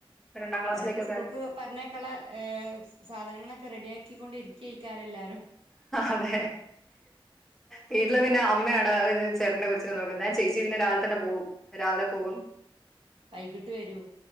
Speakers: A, in the centre; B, on the right.
A: രണ്ടാം ക്ലാസ്സിലേക്കൊക്കെ
B: അവരൊക്കെ സ്പൂൾക്ക് പറഞ്ഞേക്കെയുള്ള ഏഹ് സാധനങ്ങളൊക്കെ റെഡി ആ ക്കിക്കൊണ്ടരിക്കിയിക്കാെല്ലരും.
A: അതെ വീട്ടില് പിന്നെ അമ്മയാണ് ചേട്ടന്റെ കൊച്ചിനെ നോക്കുന്നെ ഞാൻ ചേച്ചി പിന്നെ രാവിലെ തന്നെ പോകും രാവിലെ പോകും.
B: വൈകിട്ട് വരൂ